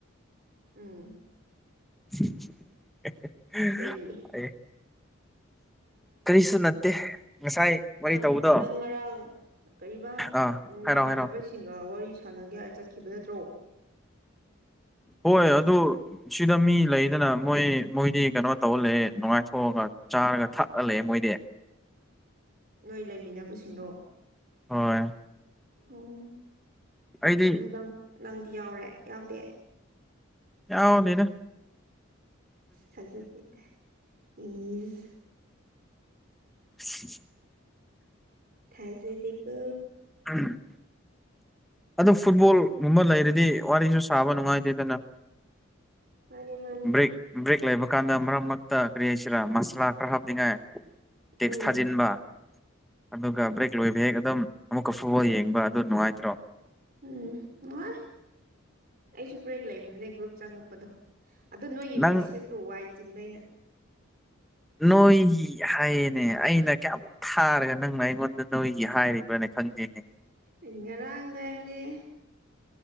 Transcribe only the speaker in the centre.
<unintelligible>
ꯀꯔꯤꯁꯨ ꯅꯠꯇꯦ ꯉꯁꯥꯏ ꯋꯥꯔꯤ
ꯇꯧꯕꯗꯣ
ꯑꯥ ꯍꯥꯏꯔꯛꯑꯣ
ꯍꯥꯏꯔꯛꯑꯣ
ꯍꯣꯏ ꯑꯗꯨꯔ ꯁꯤꯗ ꯃꯤ ꯂꯩꯗꯅ ꯃꯣꯏ ꯃꯣꯏꯗꯤ ꯀꯩꯅꯣ ꯇꯧꯑ ꯂꯩꯌꯦ ꯅꯨꯡꯉꯥꯏꯊꯣꯛꯑꯒ ꯆꯥꯔꯒ ꯊꯛꯄ ꯂꯩꯌꯦ ꯃꯣꯏꯗꯤ
ꯍꯣꯏ
ꯑꯩꯗꯤ
ꯌꯥꯎꯗꯦꯗ
<inaudible>
ꯑꯝ ꯑꯗꯨ ꯐꯨꯠꯕꯣꯜꯒꯨꯝꯕ ꯂꯩꯔꯗꯤ ꯋꯥꯔꯤꯁꯨ ꯁꯥꯕ ꯅꯨꯡꯉꯥꯏꯇꯦꯗꯅ
ꯕ꯭ꯔꯦꯛ ꯕ꯭ꯔꯦꯛ ꯂꯩꯕ ꯀꯥꯟꯗ ꯃꯔꯛ ꯃꯔꯛꯇ ꯀꯔꯤ ꯍꯥꯏꯁꯤꯔꯥ ꯃꯥꯁꯂꯥ ꯈꯔ ꯍꯥꯞꯅꯤꯡꯉꯥꯏ ꯇꯦꯛꯁ
ꯊꯥꯖꯤꯟꯕ ꯑꯗꯨꯒ ꯕ꯭ꯔꯦꯛ ꯂꯣꯏꯕ ꯍꯦꯛ ꯑꯗꯨꯝ ꯑꯃꯨꯛꯀ ꯐꯨꯠꯕꯣꯜ ꯌꯦꯡꯕ ꯑꯗꯨ ꯅꯨꯡꯉꯥꯏꯇ꯭ꯔꯣ
ꯅꯪ
ꯅꯣꯏꯒꯤ ꯍꯥꯏꯌꯦꯅꯦ ꯑꯩꯅ ꯀꯌꯥꯃꯨꯛ ꯊꯥꯔꯒ ꯅꯪꯅ ꯑꯩꯉꯣꯟꯗ ꯅꯣꯏꯒꯤ ꯍꯥꯏꯔꯤꯕ꯭ꯔꯥꯅꯦ ꯈꯪꯗꯦꯅꯦ